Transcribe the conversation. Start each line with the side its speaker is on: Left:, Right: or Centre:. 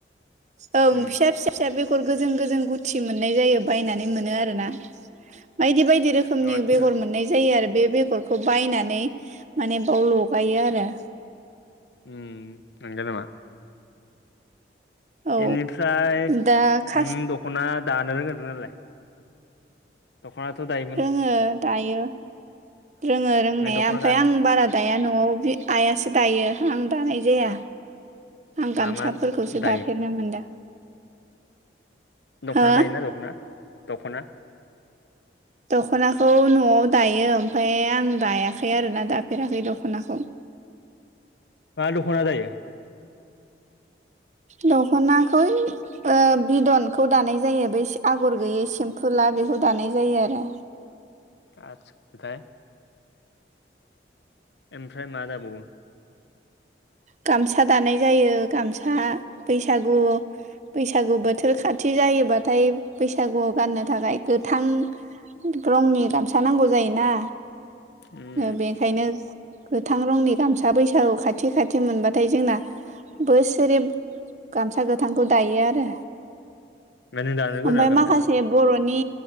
Right: ओं
Left: उम
Right: फिसा फिसा फिसा बेगर गोजों गोजों गुथि मोननाय जायो। बायनानै मोनो आरोना बायदि बायदि रोखोमनि
Left: आतसा
Right: बेगर मोननाय जायो आरो बे गरखौ बायनानै माने बेयाव लगायो आरो।
Left: ओम नंगौ नामा।
Right: औ
Left: बेनिफ्राय
Right: दा खास
Left: नों दख'ना दानो रोंगौना रोंङा नोंलाय? दखनाथ' दायो।
Right: रोङो दायो रोङो रोंनाया
Left: दख'ना
Right: ओमफ्राय
Left: दानो
Right: आं बारा दाया न'आव आइयासो दायो आं दानाय जाया आं गामसाफोरखौसो
Left: मा मा दायो
Right: दाफेरनो मोनदों
Left: दख'ना
Right: हो
Left: दायोना दख'ना दख'ना
Right: दख'नाखौ न'आव दायो ओमफ्राय आं दायाखै आरोना दाफेराखै दख'नाखौ
Left: मा दख'ना दायो
Right: दखनाखौ ओइ ओ बिदनखौ दानाय जायो बै आगर गैयै सेमफुला बेखौ दानाय जायो आरो।
Left: आत्सा ओमफ्राय ओमफ्राय मा दाबावो?
Right: गामसा दानाय जायो गामसा बैसागु बैसागु बोथोर खाथि जायोबाथाय बैसागुआव गाननो थाखाय गोथां रंनि गामसा नांगौ जायोना
Left: उम
Right: बेनिखायनो गोथां रंनि गामसा बैसागु खाथि खा थि मोनबाथाय जोंना बोसोरे गामसा गोथांखौ दायो आरो
Left: ओमफ्राय नों दानो गोरोङा
Right: ओमफ्राय
Left: गामसाखौ
Right: माखासे बर'नि